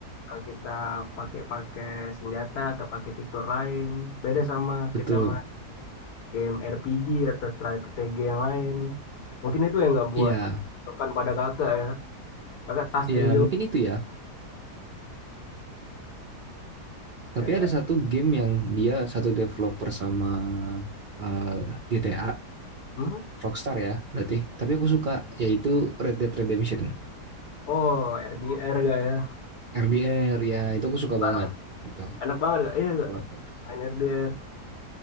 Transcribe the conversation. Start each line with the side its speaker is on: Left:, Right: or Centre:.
Left: kita pakai-pakai senjata atau pakai fitur lain, beda sama
Right: betul.
Left: kita main game RPG atau strategi yang lain. Mungkin itu yang nggak buat
Right: Iya,
Left: bukan pada kakak ya, kakak tas
Right: iya
Left: and joke
Right: mungkin itu ya. Tapi
Left: kayak
Right: ada satu game yang dia satu developer sama eh, GTA,
Left: hmm?
Right: Rockstar ya berarti. Tapi aku suka yaitu Red Dead Redemption.
Left: Oh, RDR gak ya?
Right: RDR ya itu aku suka
Left: Parah.
Right: banget itu
Left: Enak banget gak? Iya
Right: kalau
Left: gak?
Right: itu.
Left: Main RDR.